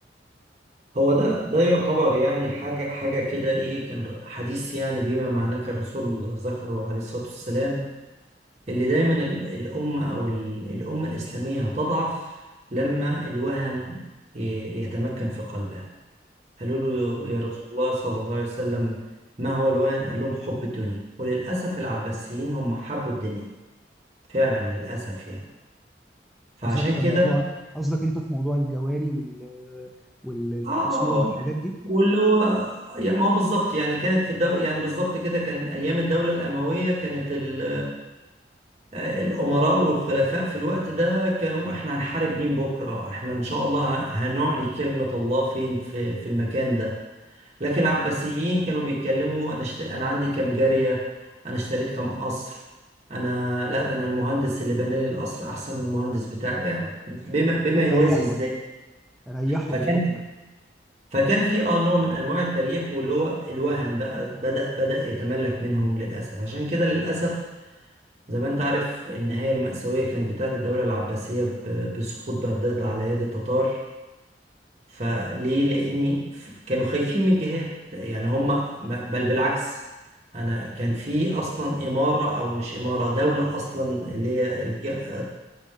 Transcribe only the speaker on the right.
هو ده ده يعتبر يعني حاجة حاجة كده إيه كان حديث يعني بما معناه كان الرسول ذكره عليه الصلاة
والسلام
اللي دايما ال- الأمة أو ال- الأمة الإسلامية هتضعف لما الوهن ي- يتمكن في قلبها قالوا له يا رسول الله صلى الله عليه وسلم ما هو الوهن؟ قال لهم حب الدنيا وللأسف العباسيين هم حبوا الدنيا فعلا للأسف
يعني فعشان
كده
آه
واللي هو يعني ما هو بالظبط يعني كانت في الدو... يعني بالظبط كده كان أيام الدولة الأموية كانت ال آه، الأمراء والخلفاء في الوقت ده كانوا احنا هنحارب مين بكرة احنا إن شاء الله ه- هنعلي كلمة الله فين في, في المكان ده لكن العباسيين كانوا بيتكلموا أنا شت... أنا عندي كام جارية أنا اشتريت كام قصر أنا لا ده أنا المهندس اللي بنى لي القصر أحسن من المهندس بتاعي يعني بما بما يوازي
إزاي
فكان
فكان في اه نوع من انواع التريح واللي هو الوهن بقى بدأ بدأ يتملك منهم للاسف عشان كده للاسف زي ما انت عارف النهاية المأساوية كانت بتاعت الدولة العباسية ب- بسقوط بغداد على يد التتار فليه؟ لأن ف- كانوا خايفين من جهات يعني هم ب- بل بالعكس أنا كان في أصلا إمارة أو مش إمارة دولة أصلا اللي هي الج-